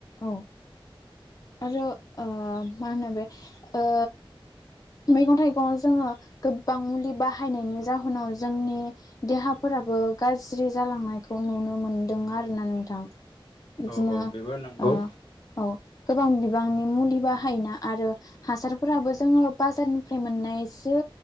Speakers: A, on the left; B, on the left.
A: औ आरो ओ मा होनो बे ओ मैगं थाइगङाव जोङो गोबां मुलि बाहायनायनि जाहोनाव जोंनि देहाफोराबो गाज्रि जालांनायखौ नुनो मोनदों आरोना नोंथां। बिदिनो
B: औ औ बेबो नंगौ
A: ओ औ गोबां बिबांनि मुलि बाहायना आरो हासारफोराबो जोङो बाजारनिफ्राय मोननायसो